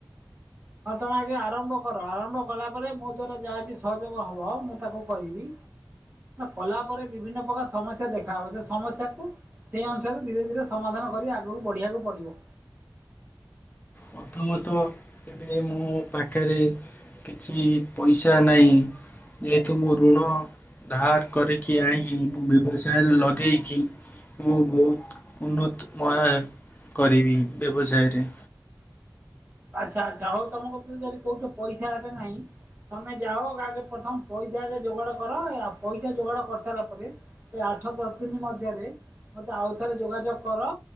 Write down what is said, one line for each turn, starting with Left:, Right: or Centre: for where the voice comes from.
Right: ହଁ ତମେ ଆଜ୍ଞା ଆରମ୍ଭ କର ଆରମ୍ଭ କଲା ପରେ ମୋ ଦ୍ଵାରା ଯାହା ବିି ସହଯୋଗ ହବ ମୁଁ ତାକୁ କରିବି। କଲା ପରେ ବିଭିନ୍ନ ପ୍ରକାର ସମସ୍ୟା ଦେଖା ହବ ସେ ସମସ୍ୟାକୁ ସେହି ଅନୁସାରେ ଧୀରେ ଧୀରେ ସମାଧାନ କରି ଆଗକୁ ବଢ଼ିବାକୁ ପଡ଼ିବ।
Left: ପ୍ରଥମତଃ ଏବେ ମୁଁ ପାଖରେ କିଛି ପଇସା ନାହିଁ। ଯେହେତୁ ମୁଁ ଋଣ ଧାର କରିକି ଆଣିକି ମୁ ବ୍ୟବସାୟରେ ଲଗେଇଚି। ମୁଁ ବହୁତ ଉନ୍ନତ ମୟ କରିବି ବ୍ୟବସାୟରେ।
Right: ଆଚ୍ଛା ଆଛା ହଉ ତମ କତିରେ ଯଦି କୋଉଚ ପଇସା ଏବେ ନାହିଁ।। ତମେ ଯାଅ ଆଗେ ପ୍ରଥମ ପଇସାରେ ଯୋଗାଡ କର ଆଉ ପଇସା ଯୋଗାଡ କରିସାରିଲା ପରେ ଏ ଆଠ ଦଶ ଦିନ ମଧ୍ୟରେ ମତେ ଆଉଥରେ ଯୋଗାଯୋଗ କର